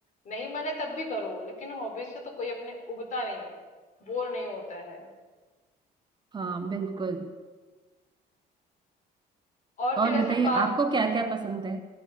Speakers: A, on the left (about 45°); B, on the right (about 25°).
A: नहीं मने तब भी करो लेकिन हॉबीज से तो कोई अपने उबता नहीं है बोर नहीं होता है
B: हाँ बिल्कुल
A: और
B: और
A: फिर ऐसे
B: बताइए
A: पा,
B: आपको क्या क्या पसंद है